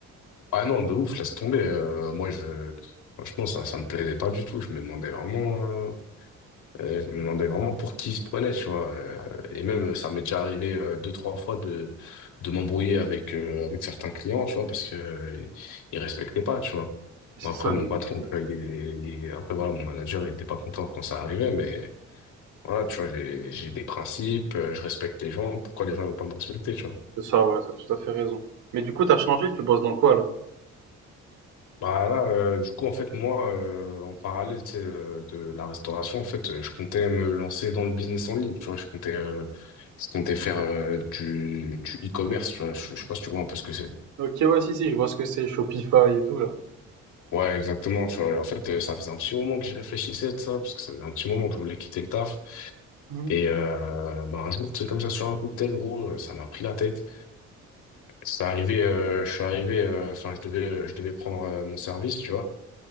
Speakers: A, on the left; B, on the right.
A: Ah non, de ouf, laisse tomber. Euh, moi, je, franchement, ça, ça me plaisait pas du tout. Je me demandais vraiment, euh, euh, je me demandais vraiment pour qui il se prenait, tu vois. Euh, et même, euh, ça m'est déjà arrivé euh, deux, trois fois de, de m'embrouiller avec, euh, avec certains clients, tu vois, parce que, euh, ils respectaient pas, tu vois.
B: C'est
A: Bon, Après,
B: ça,
A: mon
B: euh,
A: patron, tu vois, il est, il est- après, voilà, mon manager, il était pas content quand ça arrivait, mais voilà, tu vois, j'ai, j'ai des principes, euh, je respecte les gens. Pourquoi les gens ne vont pas me respecter, tu vois?
B: c'est ça ouais, t'as tout à fait raison. Mais du coup t'as changé, tu bosses dans quoi là?
A: Bah là, euh, du coup, en fait, moi, euh, en parallèle, tu sais, euh, de la restauration, en fait, euh, je comptais me lancer dans le business en ligne, tu vois, je comptais, euh, je comptais faire euh, du, du e-commerce, tu vois, je, je sais pas si tu vois un peu ce que c'est.
B: Ok ouais si si, je vois ce que c'est Shopify et tout là.
A: Ouais, exactement, tu vois, en fait, euh, ça faisait un petit moment que j'y réfléchissais de ça, parce que ça faisait un petit moment que je voulais quitter le taf,
B: Mhm.
A: et euh, bah, un jour, tu sais, comme ça, sur un coup de tête, gros, euh, ça m'a pris la tête. C'est arrivé, euh, je suis arrivé, euh, enfin, je devais, euh, je devais prendre euh, mon service, tu vois.